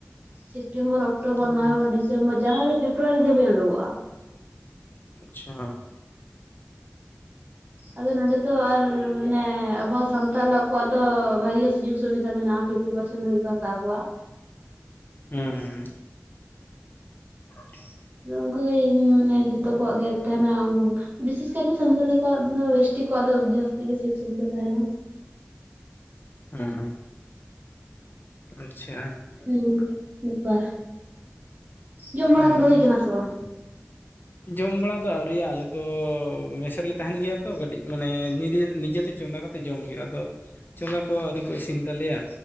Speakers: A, on the right; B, on the left.
A: ᱥᱮᱯᱴᱮᱢᱵᱚᱨ ᱚᱠᱴᱳᱵᱚᱨ
B: ᱦᱩᱸ
A: ᱱᱚᱵᱷᱮᱢᱵᱚᱨ ᱡᱟᱱᱩᱣᱟᱨᱤ ᱯᱷᱮᱵᱽᱨᱣᱟᱨᱤ ᱫᱷᱟᱹᱵᱤᱡ ᱩᱰᱠᱚᱜᱼᱟ᱾
B: ᱟᱪᱪᱷᱟ
A: ᱟᱫᱚ ᱱᱚᱰᱮ ᱫᱚ ᱟᱨ ᱢᱟᱱᱮ ᱟᱵᱚ ᱥᱟᱱᱛᱟᱞ ᱠᱚᱣᱟᱜ ᱫᱚ ᱵᱷᱟᱜᱤ ᱜᱮ ᱥᱩᱡᱳᱜᱽ ᱥᱩᱵᱤᱫᱟ ᱢᱮᱱᱟᱜᱼᱟ᱾ ᱯᱷᱤᱯᱴᱤ ᱯᱟᱨᱥᱮᱱᱴ ᱫᱷᱟᱵᱤᱡ ᱠᱚ ᱦᱟᱛᱟᱣ ᱠᱩᱣᱟ
B: ᱦᱩᱸ ᱦᱩᱸ ᱦᱩᱸ <inaudible>
A: ᱚᱱᱠᱟᱜᱤ ᱢᱟᱱᱮ ᱡᱚᱛᱚ ᱠᱚᱣᱟᱜ ᱜᱮ ᱛᱟᱦᱮᱱᱟ ᱵᱤᱥᱮᱥ ᱠᱟᱭᱛᱮ ᱥᱟᱱᱛᱟᱞᱤ ᱠᱚᱣᱟᱜ ᱫᱚ ᱮᱥᱴᱤ ᱠᱚᱣᱟᱜ ᱫᱚ ᱡᱟᱹᱥᱛᱤ ᱜᱮ ᱥᱩᱡᱳᱜᱽ ᱥᱩᱵᱤᱫᱷᱟ ᱛᱟᱦᱮᱱᱟ
B: ᱦᱮᱸ ᱦᱮᱸ ᱟᱪᱪᱷᱟ
A: ᱦᱩ ᱚᱱᱠᱟ ᱵᱮᱯᱟᱨ ᱡᱚᱢ ᱵᱟᱲᱟ
B: ᱦᱩᱸ
A: ᱠᱚᱫᱚ ᱦᱩᱭ ᱟᱠᱟᱱᱟ ᱥᱮ ᱵᱟᱝ
B: ᱡᱚᱢ ᱵᱟᱲᱟ ᱫᱚ ᱟᱹᱣᱨᱤᱭᱟ ᱟᱞᱮᱫᱚ ᱢᱮᱥ ᱨᱮᱞᱮ ᱛᱟᱦᱮᱱ ᱜᱮᱭᱟ ᱛᱚ ᱠᱟᱹᱴᱤᱡ ᱢᱟᱱᱮ ᱱᱤᱡᱮ ᱱᱤᱡᱮᱛᱮ ᱪᱚᱸᱫᱟ ᱠᱟᱛᱮ ᱛᱮ ᱡᱚᱢ ᱦᱩᱭᱩᱜᱼᱟ ᱟᱫᱚ ᱪᱚᱸᱫᱟ ᱠᱚ ᱟᱹᱣᱨᱤ ᱠᱚ ᱤᱥᱤᱱ ᱛᱟᱞᱮᱭᱟ